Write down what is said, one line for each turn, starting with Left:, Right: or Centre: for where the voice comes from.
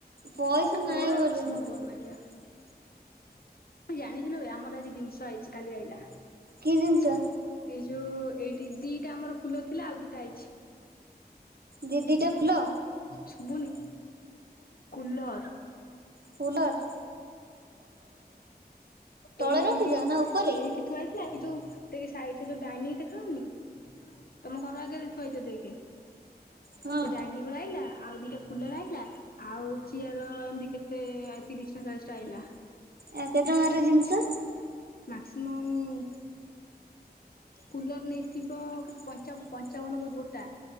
Right: ପଇସା ନାହିଁ
Left: ତୋର ଅଛି,
Right: ବୋଲି ନୁହଁ
Left: ମୋର ନାଇଁ ବା। ଜାଣିଛୁ ନା ବେ ଆମର ଆଜି ଦିନିଷ ଆଇଛି। କାଲି ଆଇଲା।
Right: କି ଜିନିଷ
Left: ଏଇ ଯୋଉ ଏଇଠି ଦିଟା ଆମର ଖୁଲ ଥିଲା, ଆଉ ଦିଟା ଆଇଛି।
Right: ଦି ଦିଟା ଫୁଲ
Left: ଶୁଭୁନି? କୁଲର୍।
Right: କୁଲର୍। ତଳେ
Left: ଏଇ ଏଇଠି
Right: ରଖିଛ ନା ଉପରେ
Left: ଏଇଠି ଥୁଆ ହେଇଥି ନହେଲା ଏଇ ଯୋଉ ଦେଖ୍ ସାଇଟ୍ ରେ ଯୋଉ ଡାଇନିଙ୍ଗ୍ ଦେଖା ହଉନି, ତମ ଘର ଆଗରେ ଥୁଆହେଇଥିବ ଦେଖେ।
Right: ହଁ
Left: ସେ ଡାଇନିଂ ଗୁଡା ଆଇଲା। ଆଉ ଦିଟା କୁଲର ଆଇଲା, ଆଉ ଚିୟାର ଏମିତି କେତେ ତେ ଆଇ ତିରିଶ ନା ଚାଳିଶ ଟା ଆଇଲା।
Right: ଏୟା କେତେ ଟଙ୍କାର ଜିନିଷ?
Left: ମ୍ୟାକ୍ସିମମ୍-ମ କୁଲର ନେଇଥିବ-ଅ କେତେ, ପଞ୍ଚା ପଞ୍ଚାବନ କହୁଛି ଗୋଟା।